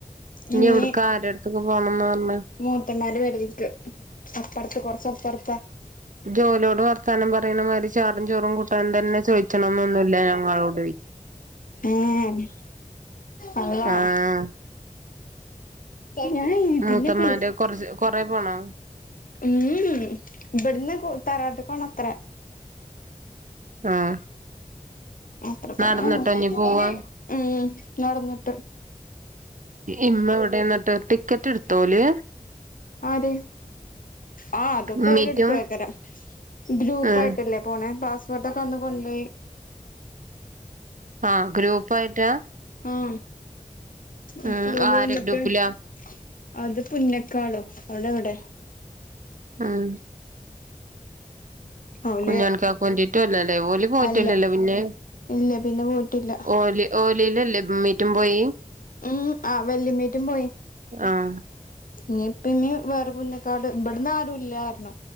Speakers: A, on the right; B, on the left.
A: ഇനി
B: ഇഞ്ഞ്
A: എവിടക്ക ആരെടുത്തൊക്കെ പോണംന്ന് പറഞ്ഞ
B: മൂത്തമ്മാന്റെ പെരേക്ക് അപ്പറത്ത് കൊറച്ച പ്പർത്താ
A: ഇജ്ജോലോട് വർത്താനം പറീണമാരി ചാറും ചോറും കൂട്ടാനു തന്നെ ചോയിച്ചണന്നൊന്നുല്ല ഞങ്ങളോടെ
B: ഏഹ് അള്ളാ
A: ആഹ്
B: ഞാൻ ഇതിന്റെ
A: മൂത്തമ്മാന്റെ
B: പേ
A: കൊറച്ച് കൊറെ പോണോ
B: ഉം ഉം ഇബട്ന്ന് കു തറാവാട്ട്ക്കൊണത്രേ
A: ആഹ്
B: അത്ര തന്നെ
A: നടന്ന്ട്ടാഞ്ഞ് പോവാ
B: ഉം നടന്ന്ട്ട്
A: ഇമ്മ എവിടെ എന്നിട്ട് ടിക്കറ്റ് എടുത്തോല്
B: ആര് ആഹ് അതൊക്കെ
A: ഉമ്മീറ്റും
B: ഓലെടുക്കും ക്കര ഗ്രുപ്പായിട്ടല്ലേ
A: ഉം
B: പോണേ പാസ് പോർട്ടൊക്കെ വന്ന് കൊണ്ടോയി
A: ആഹ് ഗ്രൂപ്പ് ആയിട്ടാ
B: ആഹ് അ
A: ഉം
B: പോലു
A: ആരെ
B: എന്നട്ട്
A: ഗ്രൂപ്പിലാ
B: <unintelligible> അത് പുന്നക്കാളോ അവിടെ എവിടെ
A: ഉം
B: ഓല്
A: കുഞ്ഞുണിക്കാക്ക് വേണ്ടിട്ടും അല്ലല്ലേ പോലും പോയിട്ടില്ലല്ലോ
B: അല്ല
A: പിന്നെ
B: ഇല്ല പിന്നെ പോയിട്ടില്ല
A: ഓല് ഓലില്ലല്ലേ മീറ്റും പോയി
B: ഉം ആഹ് വെല്ലിയമ്മീറ്റും പോയി
A: ആഹ്
B: ഇനിപ്പ ഇനി വേറെ പുന്നക്കാട് ഇവിടന്ന് ആരും ഇല്ലായിർന്നു